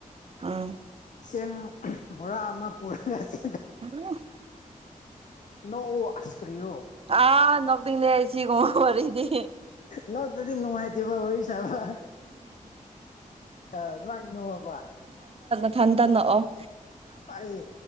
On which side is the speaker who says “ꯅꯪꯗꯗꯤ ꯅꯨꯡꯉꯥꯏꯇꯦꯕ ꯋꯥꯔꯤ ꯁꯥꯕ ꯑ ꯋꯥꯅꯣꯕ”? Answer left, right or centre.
Left